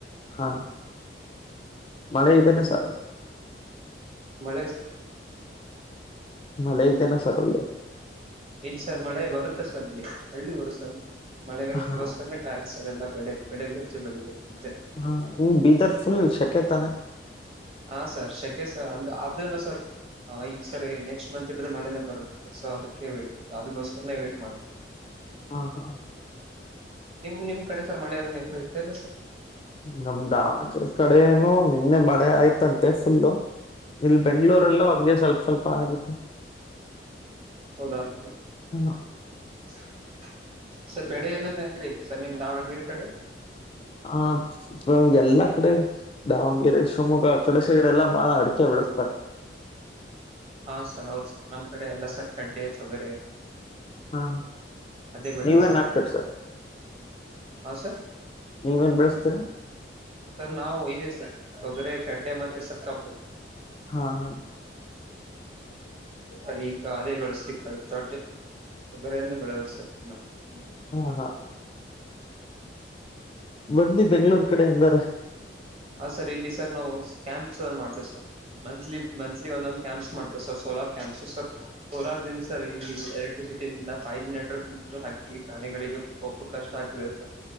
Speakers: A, on the left; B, on the right.
A: ಹಾ ಮಳೆ ಈತನ್ನೆ
B: ಸರಿ
A: ಸ
B: ಮಳೆ
A: ಮಲ ಇತೆನೆ ಸರಲ್ಲ
B: ಇಲ್ಲಿ ಸರ್ ಮಳೆ ಬರುತ್ತೆ ಸರ್ ಇಲ್ಲಿ ಹಳ್ಳಿ ಬರು ಸರ್ ಮಳೆಗೋಸ್ಕರೇಟಾಯತ
A: ಹಾ
B: ಸರ್ ಎಲ್ಲ ಬೆಳೆ ಬೆಳೆ ಬೆಚ್ಚಿ ಬೆಳಿಬೇಕೆ
A: ಹಾ ಇ ಬಿದರ ಫುಲ್ ಶಕ ತನೆ.
B: ಹಾ ಸರ್ ಶಕ್ಕೆ ಸರ್ ಅ ಅದನ್ನು ಸರ್. ಹ ಈಗ ಸರಿ ನೆಕ್ಸ್ಟ್ ಮಂತ್ ಹಿಡಿದ್ರು ಮಳೇನೇ ಬರುತ್ತೆ ಸೊ ಅದಕ್ಕೆ ವೇಟ್ ಇತ್ತು ಅದಕ್ಕೋಸ್ಕರನೆ ವೇಟ್ ಮಾಡ್ತೀವಿ.
A: ಹಾ ಹಾ.
B: ನಿಮ್ ನಿಮ್ ಕಡೆ ಸರ್ ಮಳೆ ಅದನ್ನ ನೆನೆದ <unintelligible> ಸರ್.
A: ನಮ ದಾವಣಗೆರೆ ಕಡೆಏನು ನಿನ್ನೆ ಮಳೆ ಆಯ್ತಂತೆ ಫುಲ್ಲು. ಇಲ್ ಬೆಂಗ್ಳೂರೆಲ್ಲ ಹಗೆ ಸ್ವಲ್ಪ ಸ್ವಲ್ಪ ಆಗಿತ್ತು.
B: ಹೌದಾ. <inaudible>
A: ಹ,
B: <inaudible> ಸರ್ ಬೆಳೆ ಇರೋದ ಹೆಂಗ ಆಯ್ತಿ ಸರ್ ನಿಮ್ ದಾವಣಗೆರೆ ಕಡೆ.
A: ಆ ನಮ್ಮ ಎಲ್ಲಾ ಕಡೆ ದಾವಣಗೆರೆ ಶಿವಮೊಗ್ಗ ಕಡೆ ಸೈಡೆ ಎಲ್ಲಾ ಬಾಳ ಅಡಿಕೆ ಬೆಳಸ್ತಾರ.
B: ಹಾ ಸರ್ ಹೌದ ಸರ್ ನಮ್ ಕಡೆ ಎಲ್ಲ ಸರ್ ಕಡ್ಲೆ ತೊಗರೆ.
A: ಹ್ಮ
B: ಅದೇ ಬೆಳೆದ್
A: ಹ ನೀವೇನ್ ಹಾಕ್ತಿರಿ ಸರ್.
B: ಹಾ ಸರ್
A: ನೀವೇನ್ ಬೆಳೆಸ್ತೀರಾ.
B: ಸರ್ ನಾವು ಇದೆ ಸರ್ ತೊಗರೆ ಕಡ್ಡೆ ಮತ್ತೆ ಸರ್ ಕಬ್ಬು.
A: ಹಾ ಹಾ
B: ಅದ ಈಗ ಅದೇ ಬೆಳಸತಿವಿ ಕರ. <unintelligible> ತೊಗರಿ ನೆ ಬೆಳೆದು ಸರ್ ನಮ್ ಅಲ್ಲಿ.
A: ಹ್ಮ ಹಾ. ಬನ್ನಿ ಬೆಂಗಳೂರು ಕಡೆ ಎಂದಾರ.
B: ಹ ಸರ್ ಇಲ್ಲಿ ಸರ್ ನಾವು ಕ್ಯಾಂಪ್ಸ್ ಮಾಡ್ತೇವೆ ಸರ್ ಮಂತ್ಲಿ ಮಂತ್ಲಿ ಒಂದೊಂದ. ಕ್ಯಾಂಪ್ಸ್ ಮಾಡ್ತಾವ sir solar camps sir solar ದಿಂದ ಸರ್ ಇಲ್ಲಿ ಎಲೆಕ್ಟ್ರಿಸಿಟಿಿಂದ ಫೈ್ ಜಿ ನೆಟ್ವರ್ಕ್. ಹಕ್ಕಿ ಪ್ರಾಣಿಗಳಿಗೆ ಬಕ್ಕ ಕಷ್ಟ ಆಗ್ತಿದೆ ಸರ್